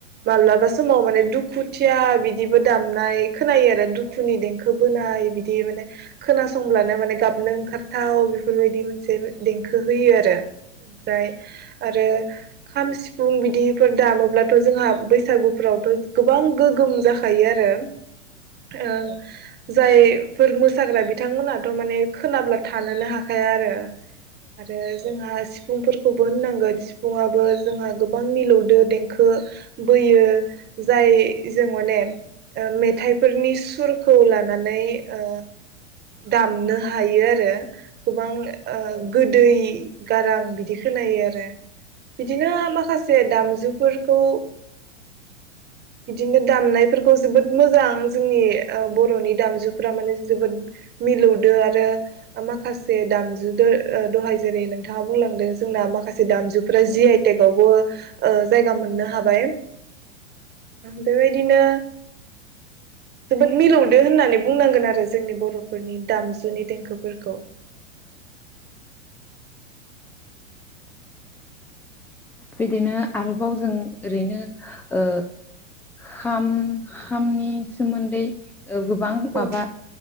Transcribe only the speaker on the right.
माब्लाबा समाव माने दुखुथि खुथिया बिदिबो दामनाय खोनायो आरो दुखुनि देंखो बोनाय बिदि दि माने खोनास संब्लानो माने गाबनो ओंखार थाव बेफोरबायदि मोनसे देंखो होयो आरो ओमफ्राय आरो खाम सिफुं बिदिफोर दामोब्लाथ जोंहा बैसागुफ्रावथ गोबां गोगोम जाखायो आरो ओ जायफोर मोसाग्रा बिथांमोनाथ माने खोनाब्ला थानोनो हाखाया आरो आरो जोंहा सि सिफुंफोरखौबो होननांगोन सिफुआो जोंहा गोबां मिलौदो देंखो बोयो जाय जों माने मेथाइफोरनि सुरखौ लानानै ओ दामनो हायो आरो गोबां ओ गोदै गारां बिदि खोनायो आरो बिदिनो माखासे दामजुफोरखौ बिदिनो दामनायफोरखौ जोबोद मोजां जोंनि बर नि दामजुफोरा माने जोबोद मिलौदो आरो माखासे दामजु दहाय जेरै नोंथाङा बुंलांदों जोंना माखासे दामजुफ्रा जि आइ टेक गावबो जायगा मोननो हाबाय बेबायदिनो जोबोद मिलौदो होननानै बुंनांगोन आरो जोंनि बर फोरनि दामजुनि देंखोफोर दे खौ
औ